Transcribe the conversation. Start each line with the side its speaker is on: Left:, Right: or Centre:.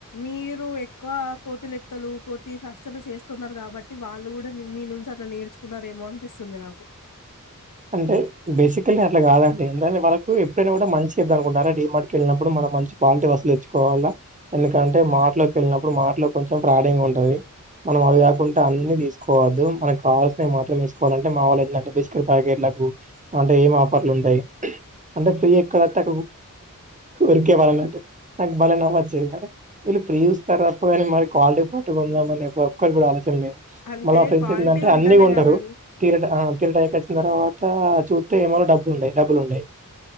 Left: మీరు ఎక్కువ కోతి లెక్కలు కోతి చేష్టాలు చేస్తున్నారు కాబట్టి వాళ్ళు కూడా మీ మీ నుంచి అట్లా నేర్చుకున్నారేమో అనిపిస్తుంది నాకు
Right: అంటే బేసిక అంటే అట్ల కాదండి ఎందుకంటే వాళకు ఎప్పుడైనా కూడా మంచి చేదాం అనుకుంటానా అలా డిమార్ట్కి వెళ్ళినప్పుడు మంచి క్వాలిటీ వస్తులు తెచ్చుకోవాలా ఎందుకంటే మాటలోకి వెళ్ళినప్పుడు మాటలో కొంచెం ఫ్రాడింగ్ ఉంటది మనం అవి కాకుంట అన్ని తీసుకోవద్దు మనం కావలసినవి మాత్రం తీసుకోవాలంటే మా వాళ్ళు ఎట్లా అంటే బిస్కెట్ పాకెట్లకు అంటే ఏం ఆఫర్లు ఉంటాయి అంటే ఫ్రీ ఎక్కడత్తే ఉరికే వెల్లాలంటే నట్టు నాకు బలే నవుచ్చేది అరే వీళ్ళు ఫ్రీ ఇస్తర తప్ప కాని మరి క్వాలిటీ ప్ర వెల్లాలని ఒక్కలు కూడ ఆలోచించలే
Left: అంటే
Right: మల్ల ఫ్రెండ్స్
Left: క్వాలిటీ
Right: ఏంటంటే
Left: ఉంటేనే
Right: అన్ని కొంటరు
Left: గదండీ!
Right: తీరట కీరట తర్వాత చూస్తే ఏమన్నా డబ్బులు ఉండయి డబ్బులు ఉండయి